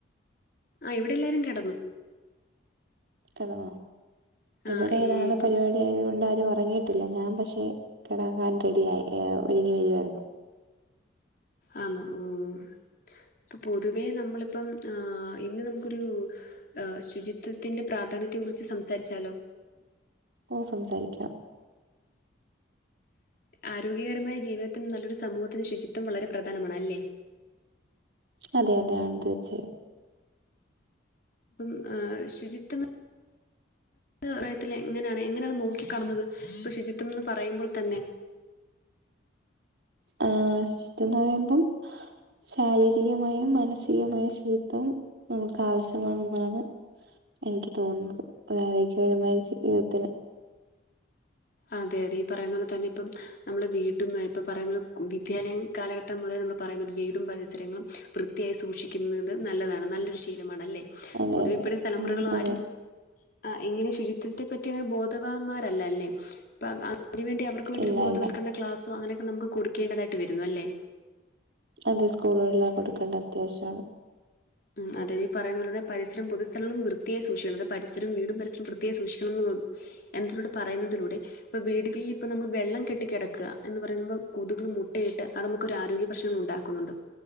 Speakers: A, on the left; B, on the right.
A: ആഹ് ഇവ്ടെ എല്ലാരും കെടന്ന്.
B: കെടന്നോ?
A: ആ
B: ഇവടെ
A: ഈ
B: നാളെ
A: ഇപ്പം
B: പരിപാടി ആയത് കൊണ്ട് ആരും ഒറങ്ങി ട്ടില്ല ഞാൻ പക്ഷെ കെടങ്ങാൻ റെഡിയായി ഏഹ് ഒരുങ്ങി വരുവായിരുന്നു.
A: ആന്നോ? ഓഹ് ഇപ്പോ പൊതുവേ നമ്മള്പ്പം ആഹ് ഇന്ന് നമുക്കൊരു ആഹ് ശുചിത്വത്തിന്റെ പ്രാധാന്യത്തെ കുറിച്ച് സംസാരിച്ചാലോ?
B: ഓഹ് സംസാരിക്കാം.
A: ആരോഗ്യകരമായ ജീവിതത്തിനും നല്ലൊരു സമൂഹത്തിന് ശുചിത്വം വളരെ പ്രധാനമാണ്. അല്ലേ?
B: അതെ അതെയാണ് തീർച്ചയായും.
A: പ്പം ആഹ് ശുചിത്വം പറയത്തില്ല എങ്ങനാണ് എങ്ങനാണ് നോക്കി കാണുന്നത് ഇപ്പൊ ശുചിത്വം ന്ന് പറയുമ്പോൾ തന്നെ?
B: ആഹ് ശചിത്വം ന്ന് പറയുമ്പം ശാരീരികമായും മാനസികമായും ശുചിത്വം നമുക്ക് ആവശ്യമാണെന്നാണ്. എനിക്ക് തോന്നുന്നത് <unintelligible> ജീവിതത്തിന്
A: അതെ അതെ ഈ പറയുന്ന പോലെ തന്നെ ഇപ്പം നമ്മളെ വീട്ട്ന്നും ഇപ്പ പറയുന്നോലെ വിദ്യാലയം കാലഘട്ടം മുതൽ നമ്മള് പറയുന്നുണ്ട് വീടും പരിസരങ്ങളും വൃത്തിയായി സൂക്ഷിക്കുന്നത് നല്ലതാണ് നല്ലൊരു ശീലമാണ്. അല്ലേ?
B: അതെ
A: പൊതുവെ
B: അതെ
A: ഇപ്പഴത്തെ തലമുറകൾ
B: ഉം അതെ
A: ആരും ആഹ് ഇങ്ങനെ ശുചിത്വത്തെ പറ്റി അങ്ങനെ ബോധവാന്മാരല്ല അല്ലേ ഇപ്പം അഹ് അ അതിനുവേണ്ടി അവർക്ക് വേണ്ടി
B: ഇല്ല
A: ഒരു ബോധവൽക്കര്ണ
B: ഇല്ല
A: ക്ലാസോ അങ്ങനെക്കെ നമുക്ക് കൊടുക്കേണ്ടതായിട്ട് വരുന്നു അല്ലേ?
B: അത് സ്കൂളുകളിലാ കൊടുക്കേണ്ട അത്യാവശ്യാണ്.
A: ഉം അതെ ഈ പറയുന്ന പോലെത്തന്നെ പരിസരം പൊതുസ്ഥലങ്ങളും വൃത്തിയായി സൂക്ഷിക്കണം. അത് പരിസരം വീടും പരിസരം വ്യത്തിയായി സൂക്ഷിക്കണന്ന് <unintelligible> എന്തിലൂടെ പറയുന്നതിലൂടെ ഇപ്പ വീടുകളിൽ ഇപ്പ നമ്മള് വെള്ളം കെട്ടി കെടക്ക എന്ന് പറയുമ്പോ കൊതുകള് മുട്ടയിട്ട് അത് നമു ക്കൊരാരോഗ്യ പ്രശ്നങ്ങളു ണ്ടാക്കുന്നുണ്ട്